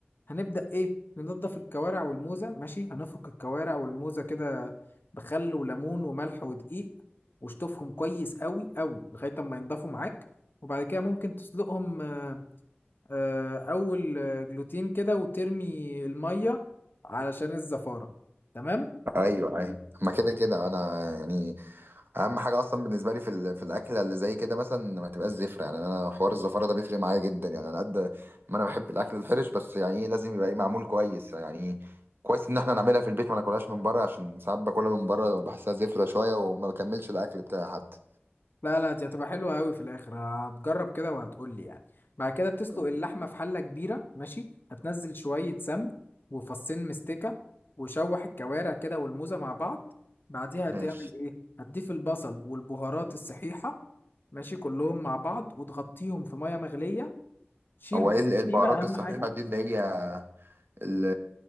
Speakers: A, on the left; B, on the right.
A: هنبدأ إيه ننضف الكوارع والموزة ماشي هنفك الكوارع والموزة كده بخل وليمون وملح ودقيق واشطفهم كويس قوي قوي لغاية ما ينضفوا معاك وبعد كده ممكن تسلقهم آه، آه، أول آه، جلوتين كده وترمي المية علشان الزفارة تمام
B: ايوه ايوه ما كده كده انا يعني اهم حاجه اصلا بالنسبه لي في ال- في الاكله اللي زي كده مثلا ما تبقاش زفره يعني انا حوار الزفاره ده بيفرق معايا جدا يعني على قد ما انا بحب الاكل الحرش بس يعني ايه لازم يبقى ايه معمول كويس يعني إيه كويس ان احنا نعملها في البيت ما ناكلهاش من بره عشان ساعات باكلها من بره بحسها زفره شويه وما بكملش الاكل بتاعي حتى
A: لا لا دي هتبقى حلوة قوي في الاخر هتجرب كده وهتقول لي يعني بعد كده بتسلق
B: مم.
A: اللحمة في حلة كبيرة ماشي هتنزل شوية سمن وفصين مستكة وشوح الكوارع كده والموزة مع بعض بعديها
B: ماشي
A: هتعمل ايه هتضيف البصل والبهارات الصحيحة ماشي كلهم مع بعض وتغطيهم في مية مغلية شيل
B: هو
A: بس
B: ايه ال- إيه البهارات
A: دي بقى اهم
B: الصحيحه
A: حاجة
B: دي اللي هي ال-